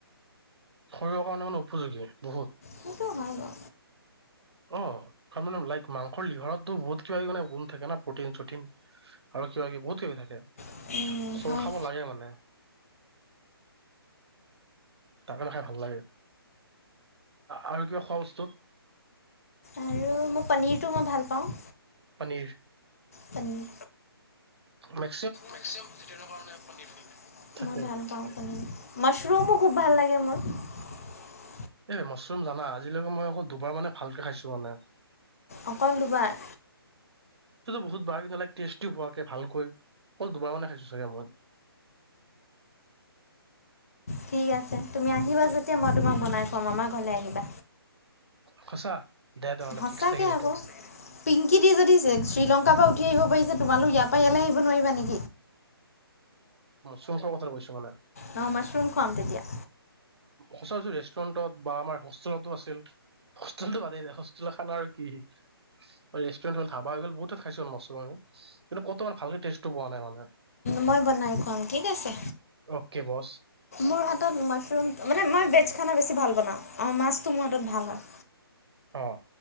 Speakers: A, on the right; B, on the left.
A: শৰীৰৰ কাৰণে মানে উপযোগী বহুত
B: সেইটো হয় বাও
A: অ মানে লাইক মাংস লিভাৰতো বহুত কিবা কিবি মানে গুণ থাকে ন প্ৰটিন চটিন আৰু কিবা কিবি বহুত কিবি থাকে।
B: বাৰু
A: চোৰ
B: হয়
A: খাব লাগে মানে তাকে নাখাই ভাল লাগে আৰু কিয় খোৱা বস্তু
B: আৰু মই পনীৰটো মই ভাল পাওঁ
A: পনীৰ
B: পনীৰ
A: মে
B: মই ভাল পাওঁ পনীৰ।
A: থাকে
B: মাছৰুমও খুব ভাল লাগে ম <unintelligible>
A: এই মাছৰুম জানা আজিলৈকে মই অকল দুবাৰ মানে ভালকে খাইছো মানে
B: অকল দুবাৰ?
A: বহুত বাৰ কিন্তু লাইক টেষ্টি হোৱাকে ভালকৈ। অকল দুবাৰ মানে খাইছো চাগে মই।
B: ঠিক আছে তুমি আহিবা যেতিয়া মই তোমাক বনাই খোৱাম আমাৰ ঘৰলে আহিবা।
A: সঁচা দে তেনেহ'লে
B: সচাকে
A: ফিক্স থাকিল এইটো
B: আক পিংকি দি যদি শ্ৰীলংকাৰ পৰা উঠি আহিব পাৰিছে তোমালোক ইয়াৰ পৰা য়ালৈ আহিব নোৱাৰা নি?
A: শুংখৰ কথাটো কৈছো মানে।
B: নৌ মাছৰোম খোৱাম তেতিয়া।
A: সঁচাচু ৰেষ্টুৰেণ্টত বা আমাৰ হোষ্টেলতো আছিল হোষ্টেলতো বাদেই হোষ্টেলৰ খানা আৰু কি ৰেষ্টুৰেণ্ট হ'ল ধাবা হৈ গল বহুত খাইছো মাছৰোং কিন্তু ক'ত ইমান ভালকে টেষ্টটো পোৱা নাই মানে না
B: মই বনাই খুৱাম ঠিক আছে,
A: অ'কে বছ
B: মোৰ হাতত মাছৰুম মানে মই ভেজ খানা বেছি ভাল বনাওঁ আৰু মাছটো মোৰ হাতত ভাল হয়।
A: অ।